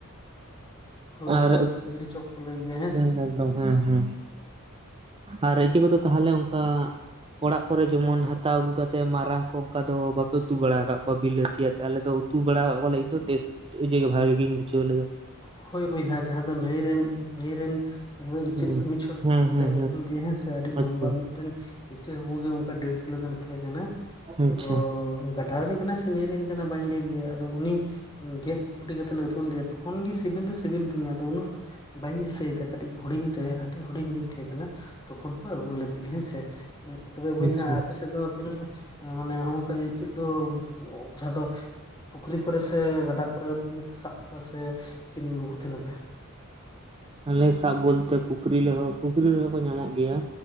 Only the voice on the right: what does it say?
ᱟᱨ
ᱦᱮᱸ
ᱮᱠᱫᱚᱢ ᱦᱮᱸ ᱦᱮᱸ ᱟᱨ ᱤᱡᱟᱹ ᱠᱚᱫᱚ ᱛᱟᱦᱚᱞᱮ ᱚᱱᱠᱟ ᱚᱲᱟᱜ ᱠᱚᱨᱮ ᱡᱮᱢᱚᱱ ᱦᱟᱛᱟᱣ ᱟᱹᱜᱩ ᱠᱟᱛᱮ ᱢᱟᱨᱟᱝ ᱠᱚ ᱚᱱᱠᱟ ᱫᱚ ᱵᱟᱯᱮ ᱩᱛᱩ ᱵᱟᱲᱟ ᱟᱠᱟᱫ ᱠᱚᱣᱟ ᱵᱤᱞᱟᱹᱛᱤ ᱟᱛᱮ ᱟᱞᱮ ᱫᱚ ᱩᱛᱩ ᱵᱮᱲᱟᱣᱼᱚᱜ ᱠᱚᱞᱮ ᱤᱧᱫᱚ ᱴᱮᱥᱴ ᱤᱡᱟᱹ ᱜᱟ ᱵᱷᱟᱜᱮ ᱜᱤᱧ ᱵᱩᱡᱷᱟᱹᱣ ᱞᱮᱫᱟ᱾
ᱦᱮᱸ
ᱦᱮᱸ ᱦᱮᱸ
ᱟᱪᱪᱷᱟ
ᱟᱪᱪᱷᱟ
ᱟᱪᱪᱷᱟ
ᱟᱞᱮ ᱥᱟᱵ ᱵᱚᱞᱛᱮ ᱯᱩᱠᱷᱨᱤ ᱞᱮᱦᱚᱸ ᱯᱩᱠᱷᱨᱤ ᱨᱮᱦᱚᱸ ᱠᱚ ᱧᱟᱢᱚᱜ ᱜᱮᱭᱟ᱾